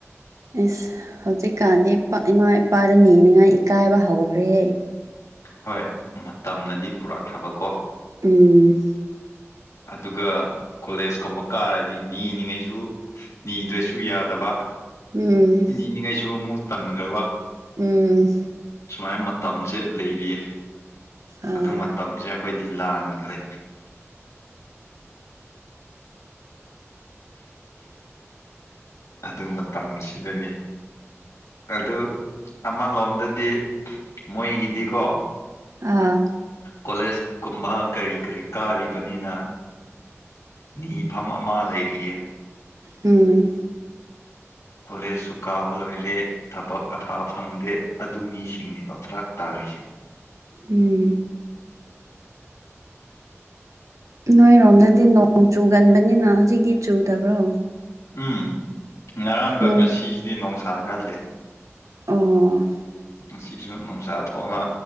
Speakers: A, on the right; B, on the left.
A: ꯑꯦꯁ ꯍꯧꯖꯤꯛꯀꯥꯟꯗꯤ ꯏꯃꯥ ꯏꯄꯥꯗ ꯅꯅꯤꯅꯤꯡꯉꯥꯏ ꯏꯀꯥꯏꯕ ꯍꯧꯈ꯭ꯔꯦꯍ
B: ꯍꯣꯏ ꯃꯇꯝꯅꯗꯤ ꯄꯨꯔꯛꯈ꯭ꯔꯕꯀꯣ
A: ꯎꯝ
B: ꯑꯗꯨꯒ ꯀꯣꯂꯦꯖꯀꯨꯝꯕ ꯀꯥꯔꯗꯤ ꯅꯤꯅꯤꯉꯩꯁꯨ ꯅꯤꯗ꯭ꯔꯁꯨ ꯌꯥꯗꯕ
A: ꯎꯝ
B: ꯅꯤꯅꯤꯡꯉꯥꯏꯁꯨ ꯑꯃꯨꯛ ꯇꯟꯈ꯭ꯔꯕ
A: ꯎꯝ
B: ꯁꯨꯃꯥꯏꯅ ꯃꯇꯝꯁꯦ ꯂꯩꯔꯤꯌꯦ
A: ꯑꯥ
B: ꯑꯗꯨ ꯃꯇꯝꯁꯦ ꯑꯩꯈꯣꯏꯗꯤ ꯂꯥꯟꯈ꯭ꯔꯦ ꯑꯗꯨ ꯃꯇꯝꯁꯤꯗꯅꯤ ꯑꯗꯨ ꯑꯃ ꯂꯣꯝꯗꯗꯤ ꯃꯣꯏꯒꯤꯗꯤꯀꯣ
A: ꯑꯥ
B: ꯀꯣꯂꯦꯖ ꯀꯨꯝꯕ ꯀꯔꯤ ꯀꯔꯤ ꯀꯥꯔꯤꯕꯅꯤꯅ ꯅꯤꯐꯝꯝ ꯑꯃ ꯂꯩꯔꯤꯌꯦ
A: ꯎꯝ
B: ꯀꯣꯂꯦꯁꯨ ꯀꯥꯕ ꯂꯣꯏꯔꯦ ꯊꯕꯛ ꯑꯐ ꯐꯪꯗꯦ ꯑꯗꯨ ꯃꯤꯁꯤꯡꯅꯦꯕ ꯐꯔꯥꯛ ꯇꯥꯔꯤꯁꯦ
A: ꯎꯝ ꯅꯣꯏꯔꯣꯝꯗꯗꯤ ꯅꯣꯡ ꯆꯨꯒꯟꯕꯅꯤꯅ ꯍꯧꯖꯤꯛꯇꯤ ꯆꯨꯗꯕ꯭ꯔꯣ
B: ꯎꯝ ꯉꯔꯥꯡꯒ
A: ꯅꯣꯡ
B: ꯉꯁꯤꯁꯤꯗꯤ ꯣꯡꯁꯥ ꯀꯜꯂꯤ
A: ꯑ
B: ꯉꯁꯤꯁꯨ ꯅꯨꯡꯁꯥ ꯊꯣꯛꯑꯒ